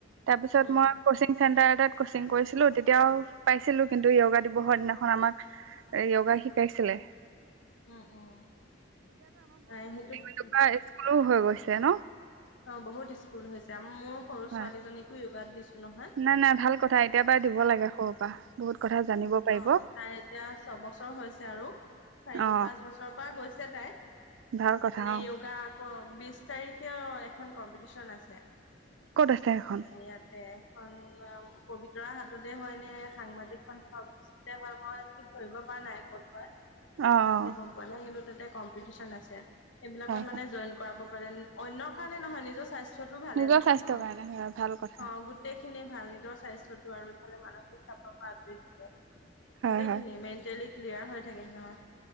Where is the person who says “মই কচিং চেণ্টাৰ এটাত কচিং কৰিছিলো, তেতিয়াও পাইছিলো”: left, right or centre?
Right